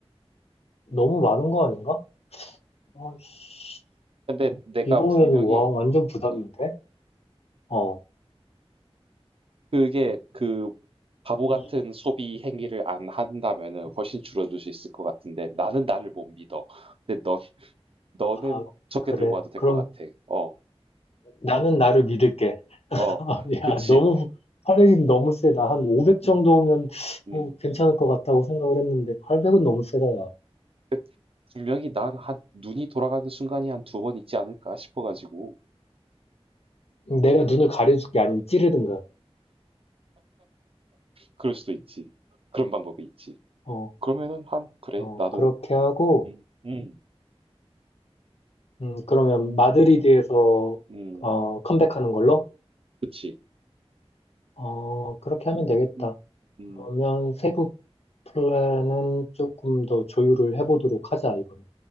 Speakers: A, on the left; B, on the right.
A: 너무 많은 거 아닌가? 아이씨,
B: 근데 내가
A: 이거에도
B: 분명히
A: 와, 완전 부담인데?
B: 음,
A: 어.
B: 그게 그 바보 같은
A: 이-
B: 소비 행위를 안 한다면은 훨씬 줄어들 수 있을 것 같은데 나는 나를 못 믿어. 근데 너, 너는
A: 아,
B: 적게
A: 그래.
B: 들고 와도 될
A: 그럼
B: 것 같아. 어,
A: 나는 나를 믿을게. <laughs>
B: 어, 그치.
A: 야, 너무, 화력이 너무 세다. 한 500 정도면
B: 음, 음.
A: 어, 괜찮을 것 같다고 생각을 했는데, 800은 너무 세다, 야.
B: 그- 분명히 난 한 눈이 돌아가는 순간이 한 두 번 있지 않을까 싶어가지고.
A: 내가 눈을 가려줄게. 아니면 찌르든가.
B: 그럴 수도 있지. 그런 방법이 있지.
A: 어,
B: 그러면은 한 그래
A: 어,
B: 나도
A: 그렇게 하고,
B: 음, 음,
A: 음, 그러면 마드리드에서,
B: 음, 음,
A: 어, 컴백하는 걸로?
B: 그치.
A: 어, 그렇게 하면 되겠다.
B: 음, 음,
A: 그러면 세부 플랜은 조금 더 조율을 해보도록 하자, 이거는.